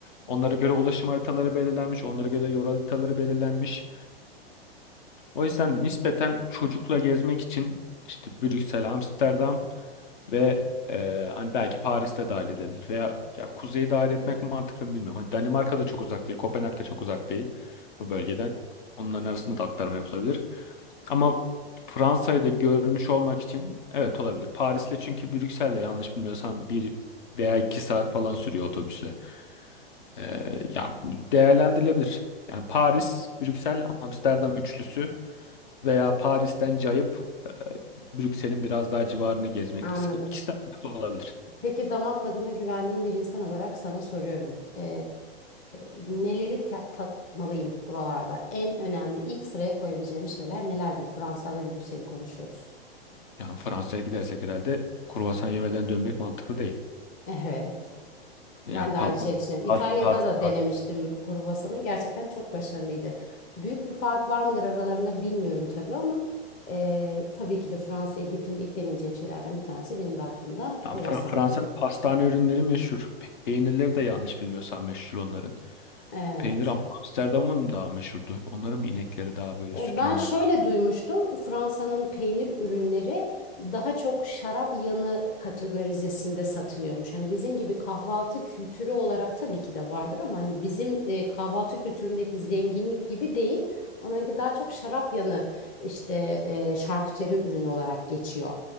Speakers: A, on the left (about 50°); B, on the left (about 25°).
A: Onlara göre ulaşım haritaları belirlenmiş. Onlara göre yol haritaları belirlenmiş. O yüzden nispeten çocukla gezmek için işte Brüksel, Amsterdam ve e, hani belki Paris'te dahil edilir. Veya ya kuzeyi dahil etmek mantıklı mı bilmiyorum. Hani Danimarka da çok uzak değil. Kopenhag da çok uzak değil bu bölgeden. Onların arasında da aktarma yapılabilir. Ama Fransa'yı da görmüş olmak için evet olabilir. Paris'le çünkü Brüksel'le yanlış bilmiyorsam bir veya iki saat falan sürüyor otobüsle. Ee, yani değerlendirilebilir. Yani Paris, Brüksel, Amsterdam üçlüsü veya Paris'ten cayıp e, Brüksel'in biraz daha civarını gezmek.
B: anladım.
A: İkisi ikisi de mantıklı olabilir.
B: Peki damak tadına güvendiğim bir insan olarak sana soruyorum. Ee, neleri ta- tatmalıyım buralarda? En önemli ilk sıraya koyabileceğim şeyler nelerdir? Fransa ve Brüksel'i konuşuyoruz.
A: Yani Fransa'ya gidersek herhalde kruvasan yemeden dönmek mantıklı değil.
B: Evet.
A: Yani
B: Ben de
A: pa
B: aynı şey düşünüyorum.
A: pas,
B: İtalya'da
A: pas,
B: da denemiştim kruvasanı. Gerçekten çok başarılıydı. Büyük bir fark var mıdır aralarında bilmiyorum tabii ama e, tabii ki de Fransa'ya gittiğimde ilk deneyeceğim şeylerden bir tanesi benim de aklımda
A: Tam
B: kruvasan.
A: Fra- Fransa'nın pastane ürünleri meşhur. Peynirleri de yanlış bilmiyorsam meşhur onların.
B: Evet.
A: Peynir Am- Amsterdam'ın daha meşhurdu. Onların mı inekleri daha böyle
B: E,
A: süt
B: Ben
A: ürünleri.
B: şöyle duymuştum. Fransa'nın peynir ürünleri daha çok şarap yanı kategorizesinde satılıyormuş. Hani bizim gibi kahvaltı kültürü olarak tabii ki de vardır ama hani bizim e, kahvaltı kültüründeki zenginlik gibi değil. Onlarınki daha çok şarap yanı işte e, şarküteri ürünü olarak geçiyor.